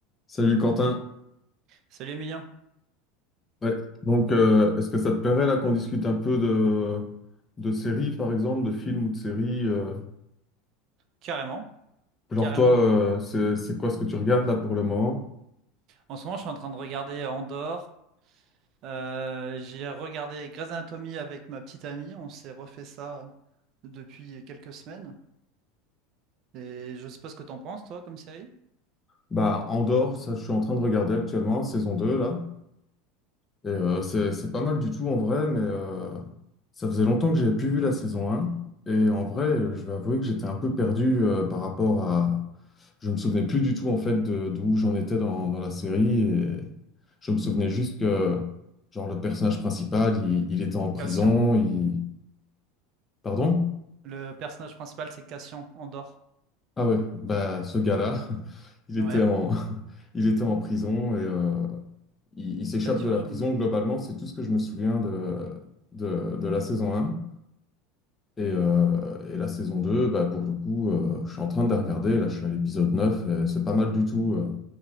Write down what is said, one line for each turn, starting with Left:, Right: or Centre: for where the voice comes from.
Left: Salut Quentin.
Right: Salut Emilien,
Left: Ouais. Donc, euh, est-ce que ça te plairait là qu'on discute un peu de, de séries, par exemple, de films ou de séries euh,
Right: carrément,
Left: Genre
Right: carrément
Left: toi, euh,
Right: du.
Left: c'est, c'est quoi ce que tu regardes là pour le moment?
Right: En ce moment, je suis en train de regarder Andorre. Euh, j'ai regardé Grey's Anatomy avec ma petite amie. On s'est refait ça depuis quelques semaines. Et je sais pas ce que t'en penses, toi, comme série.
Left: Bah, Andorre, ça je suis en train de regarder actuellement, saison 2 là. Et euh, c'est, c'est pas mal du tout en vrai, mais euh, ça faisait longtemps que j'avais plus vu la saison un Et en vrai, euh, je vais avouer que j'étais un peu perdu euh, par rapport à... Je me souvenais plus du tout en fait de, d'où j'en étais dans, dans la série. Et je me souvenais juste que genre le personnage principal, il, il était en prison.
Right: Cassian.
Left: Il... Pardon?
Right: Le personnage principal, c'est Cassian, Andorre.
Left: Ah ouais, bah ce gars-là, <laughs> il
Right: Ouais.
Left: était en... <laughs> il était en prison et euh, il, il s'échappe
Right: Bah tu
Left: de
Right: vois,
Left: la
Right: je...
Left: prison.
Right: m-
Left: Globalement, c'est tout ce que je me souviens de, de, de la saison un Et, euh, et la saison 2 bah, pour le coup, euh, je suis en train de la regarder. Là, je suis à l'épisode 9 et C'est pas mal du tout. euh,